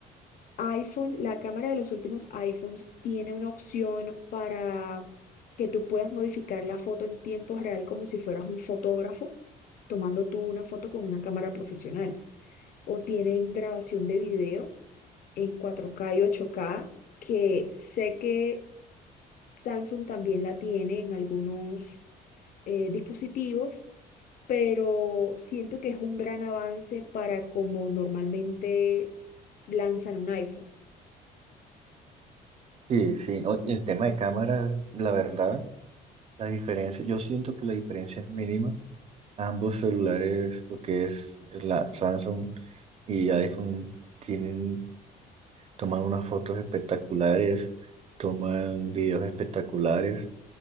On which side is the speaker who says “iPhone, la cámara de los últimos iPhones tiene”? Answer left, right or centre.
Left